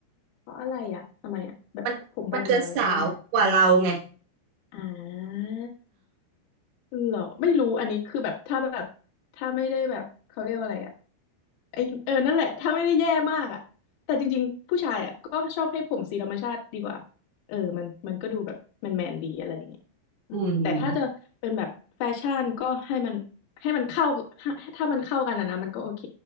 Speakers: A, on the left; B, on the right.
A: เพราะอะไรอ่ะทำไมอ่ะแบบผมบอลมาเลยไม่ได้เหรอ
B: มันมันจะสาวกว่าเราไง
A: อ่าเหรอ ไม่รู้อันนี้คือแบบถ้าแบบถ้าไม่ได้แบบเขาเรียกว่าอะไรอ่ะ ไอเออ นั่นแหละ ถ้าไม่ได้แย่มากอ่ะแต่จริงๆ ผู้ชายอ่ะก็ชอบให้ผมสีธรรมชาติดีกว่า เออ มันมันก็ดูแบบแมนแมนดีอะไรอย่างเงี้ยอืมแต่ถ้าจะเป็นแบบแฟชั่นก็ให้มันให้มันเข้าถ้าถ้ามันเข้ากันอะนะ
B: อืม
A: มันก็โอเค